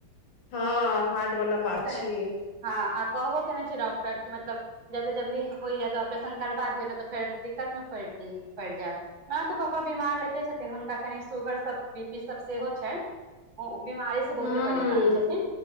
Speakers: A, on the left; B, on the right.
A: हँ हार्ड वाला बात
B: ने
A: छियै
B: हँ आ कहबो केने छै डॉक्ट <inaudible> टर कि मतलब जते जल्दी होइया तऽ ऑपरेशन करबा दियौ ने तऽ फेर दिक्कत मे पड़ि पैड़ जाब <unintelligible> पापो बीमार रहिते छथिन हुनका कनि शुगर सब बी पी सब सेहो छैन बीमारी स बहुते
A: हूं
B: परेशान छथिन